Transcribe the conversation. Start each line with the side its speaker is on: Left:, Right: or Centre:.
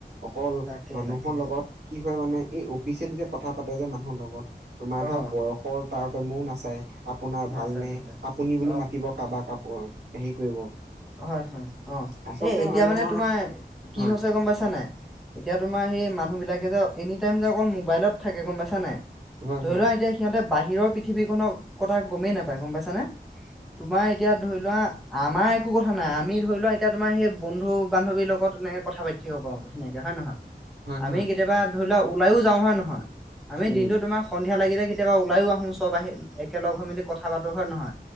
Right: অকল
Centre: তাকে
Right: মানুহৰ
Centre: তাকে
Right: লগত কি মানে এই অফিচিয়েলি যে কথা পাতে যে মানুহৰ লগত তোমাৰ ধৰা
Centre: অ
Right: বয়সৰ তাৰ তম্যয়ো নাচায়। আপোনাৰ
Centre: নাচায়
Right: ভাল নে
Centre: নাচায়
Right: আপুনি বুলি
Centre: অ
Right: মাতিব। আপোনাৰ হেৰি কৰিব।
Centre: হয়, হয় অ'
Right: আচলতে
Centre: এই এতিয়া
Right: মানুহৰ
Centre: মানে তোমাৰ কি
Right: হয়
Centre: হৈছে গম পাইছা নাই? এতিয়া তোমাৰ সেই মানুহবিলাকে যে এনি টাইম যে অকল মোবাইলত থাকে গম পাইছা নাই।
Right: হয়
Centre: ধৰি
Right: হয়
Centre: লোৱা এতিয়া সিহঁতে বাহিৰৰ পৃথিৱীখননৰ কথা গমেই নাপায় গম পাইছানে? তোমাৰ এতিয়া ধৰি লোৱা আমাৰ একো কথা নাই আমি ধৰি লোৱা এতিয়া তোমাৰ সেই বন্ধু বান্ধৱীৰ লগত এনেকে কথা পাতি থাকিব পাৰো ধুনীয়াকে হয় নহয়?
Right: হয়
Centre: আমি
Right: হয়
Centre: কেতিয়াবা ধৰি লোৱা ওলাইও যাওঁ হয় নহয়। আমি
Right: উম
Centre: দিনটো তোমাৰ সন সন্ধিয়া লাগিলে কেতিয়াবা ওলাইো আহো চব আহি একেলগ হৈ মেলি কথা পাতো হয় নহয়?